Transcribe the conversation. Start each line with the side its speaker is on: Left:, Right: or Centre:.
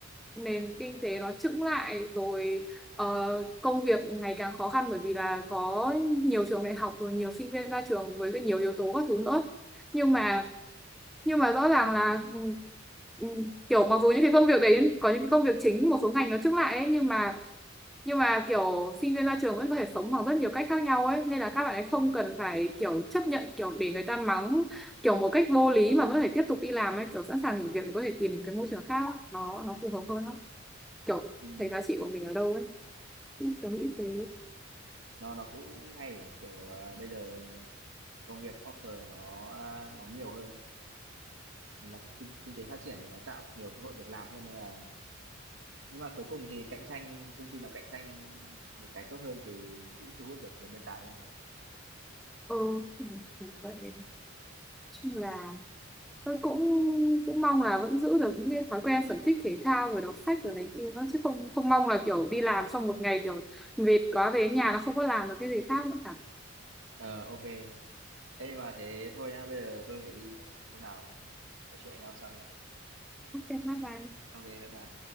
Centre: nền kinh tế nó chững lại rồi ờ, công việc ngày càng khó khăn bởi vì là có nhiều trường đại học rồi nhiều sinh viên ra trường với cái nhiều yếu tố các thứ nữa nhưng mà nhưng mà rõ ràng là ừ, ừ, kiểu mặc dù những cái công việc đấy có những cái công việc chính một số ngành nó chững lại ấy nhưng mà nhưng mà kiểu sinh viên ra trường vẫn có thể sống bằng rất nhiều cách khác nhau ấy nên là các bạn ấy không cần phải kiểu chấp nhận kiểu để người ta mắng kiểu một cách vô lý mà vẫn phải tiếp tục đi làm ấy kiểu sẵn sàng nghỉ việc để có thể tìm cái môi trường khác nó nó phù hợp hơn á kiểu
Right: Ừm,
Centre: thấy giá trị của mình ở đâu ấy Ừ, tớ nghĩ thế
Right: nó nó cũng hay ở, kiểu, à, bây giờ công việc offer nó, a, nó nhiều hơn đấy là kinh kinh tế phát triển thì nó tạo nhiều cơ hội việc làm hơn nên là nhưng mà cuối cùng thì cạnh tranh công ty nào cạnh tranh một cái tốt hơn thì cũng thu hút được nhiều nhân tài hơn thôi nhỉ?
Centre: ờ ừ, vậy chung là tôi cũng cũng mong là vẫn giữ được những cái thói quen sở thích thể thao rồi đọc sách rồi này kia đó. chứ không không mong là kiểu đi làm xong một ngày kiểu mệt quá về nhà nó không có làm được cái gì khác nữa cả
Right: Ờ, ô Ê, nhưng mà thế thôi nhá, bây giờ tôi phải đi mất rồi, hôm nào mình nói chuyện với nhau sau nhá.
Centre: ok bye bye
Right: ok bye bye.